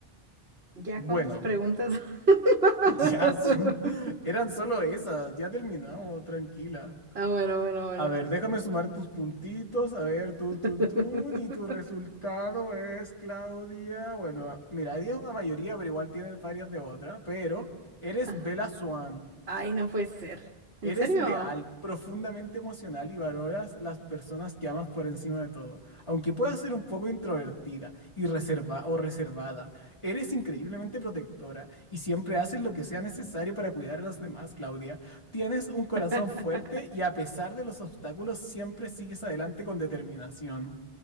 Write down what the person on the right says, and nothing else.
¿Ya
cuántas preguntas? <laughs>
Ah, bueno, bueno, bueno.
<laughs>
Ah,
Ay, no puede ser.
¿En serio?
<laughs>